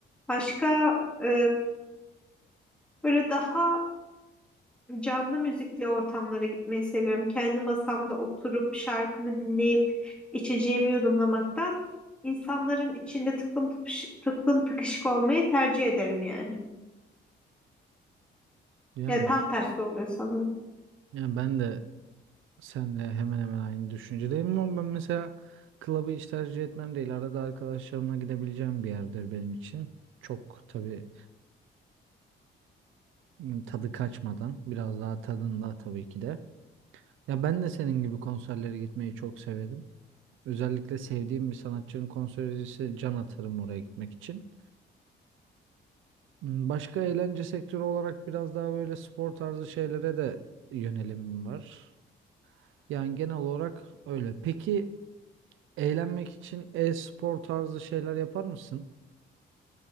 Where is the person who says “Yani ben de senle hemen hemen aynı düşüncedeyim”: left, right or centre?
Right